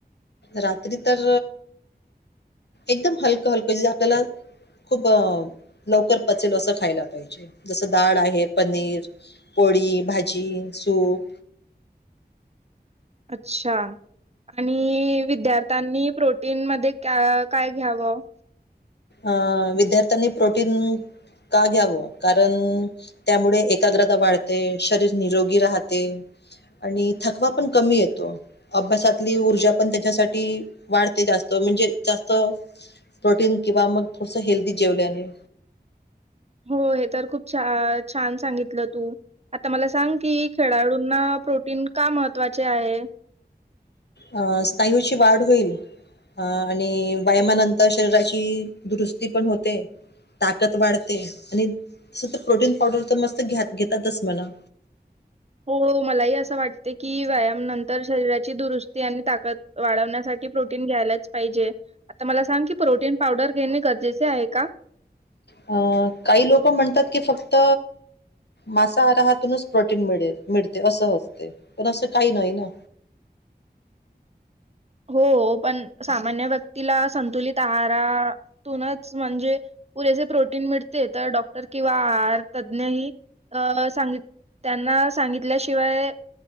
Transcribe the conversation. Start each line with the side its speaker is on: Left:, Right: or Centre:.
Left: रात्री तर, एकदम हलकं हलकं जे आपल्याला खूप लवकर पचेल असं खायला पाहिजे. जसं डाळ आहे पनीर पोळी, भाजी, सूप
Right: अच्छा. आणि विद्यार्थ्यांनी प्रोटीन मध्ये क्या काय घ्यावं?
Left: अं विद्यार्थ्यांनी प्रोटीन का घ्यावं कारण त्यामुळे एकाग्रता वाढते. शरीर निरोगी राहते. आणि थकवा पण कमी येतो. अभ्यासातली ऊर्जा पण त्याच्यासाठी वाढते जास्त म्हणजे जास्त प्रोटीन किंवा मग थोडस हेल्दी जेवल्याने
Right: हो हे तर खूप छा छान सांगितलं तु आता मला सांग की, खेळाडूंना प्रोटीन का महत्त्वाचे आहे?
Left: अ स्नायूची वाढ होईल. अ आणि व्यायामानंतर शरीराची दुरुस्ती पण होते. ताकद वाढते. आणि तस तर प्रोटीन पावडर त मस्त घ्या घेतातच मना.
Right: हो मलाही असं वाटते की, व्यायाम नंतर शरीराची दुरुस्ती आणि ताकद वाढवण्यासाठी प्रोटीन घ्यायलाच पाहिजे. आता मला सांग की, प्रोटीन पावडर घेणे गरजेचे आहे का?
Left: अं काही लोक म्हणतात की फक्त मासाआहारातूनच प्रोटीन मिळेल मिळते असं असते. पण असं काही नाही ना,
Right: हो पण सामान्य व्यक्तीला संतुलीत आहारातूनच म्हणजे पुरेसे प्रोटीन मिळते. तर डॉक्टर किंवा आर तज्ज्ञही अ सांगित त्यांना सांगितल्याशिवाय